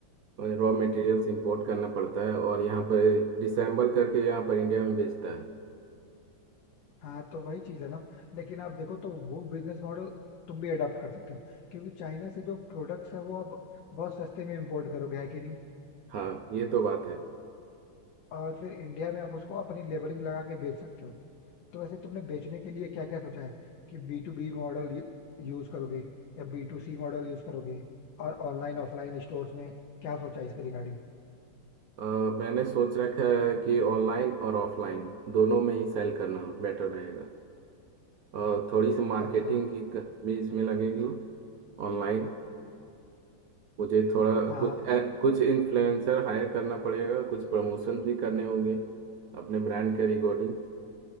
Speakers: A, on the right; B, on the left.
A: रॉ मटेरियल्स इंपोर्ट करना पड़ता है और यहाँ पर डिसेंबल करके यहाँ पर इंडिया में बेचता है
B: हाँ तो वही चीज है ना लेकिन आप देखो तो वो बिजनेस मॉडल तुम भी अडॉप्ट कर सकते हो क्योंकि चाइना से जो प्रोडक्ट्स है वो आप बहुत सस्ते में इंपोर्ट करोगे है कि नहीं
A: हाँ ये तो बात है
B: और फिर इंडिया में आप उसको अपनी लेबलिंग लगा के बेच सकते हो तो वैसे तुमने बेचने के लिए क्या क्या सोचा है कि B to B model use करोगे या B to C model use करोगे और ऑनलाइन ऑफलाइन स्टोर्स में क्या सोचा है इसके रिगार्डिंग
A: अ, मैंने सोच रखा है कि ऑनलाइन और ऑफलाइन दोनों में ही सेल करना बेटर रहेगा और थोड़ी सी मार्केटिंग
B: अच्छा
A: की क- भी इसमें लगेगी ऑनलाइन मुझे थोड़ा
B: हाँ
A: कुछ ए- कुछ इन्फ्लुएंसर हायर करना पड़ेगा कुछ प्रमोशन भी करने होंगे अपने ब्रांड के रिकॉर्डिंग